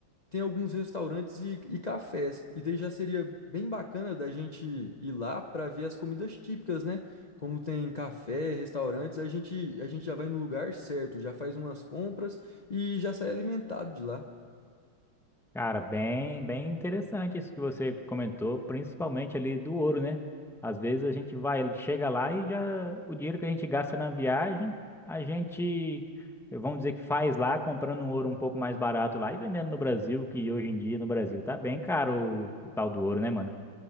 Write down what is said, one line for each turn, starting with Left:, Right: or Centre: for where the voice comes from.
Left: tem alguns restaurantes e, e cafés. E daí já seria bem bacana da gente ir lá para ver as comidas típicas, né? Como tem café, restaurantes, a gente, a gente já vai no lugar certo, já faz umas compras e já sai alimentado de lá.
Centre: Cara, bem, bem interessante isso que você comentou, principalmente ali do ouro, né? Às vezes a gente vai, chega lá e já o dinheiro que a gente gasta na viagem, a gente, vamos dizer que faz lá, comprando um ouro um pouco mais barato lá e vendendo no Brasil, que hoje em dia no Brasil tá bem caro o, o tal do ouro, né, mano?